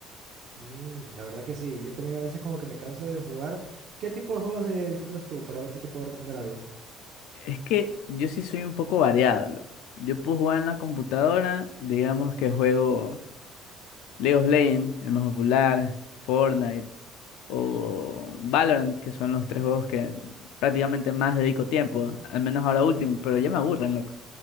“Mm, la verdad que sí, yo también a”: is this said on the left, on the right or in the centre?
Right